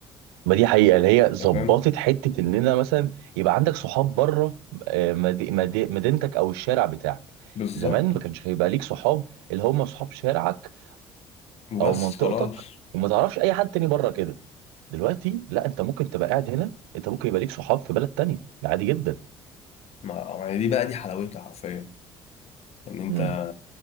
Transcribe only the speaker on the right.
ما دي حقيقه اللي هي ظبطت
حته ان انا مثلا يبقى عندك صحاب بره آه، مد- مد- مدينتك او الشارع بتاعك
زمان ما كانش هيبقى ليك صحاب اللي هم صحاب شارعك او
منطقتك
وما تعرفش اي حد تاني بره كده دلوقتي لا انت ممكن تبقى قاعد هنا انت ممكن يبقى ليك صحاب في بلد تانية ده عادي جدا
امم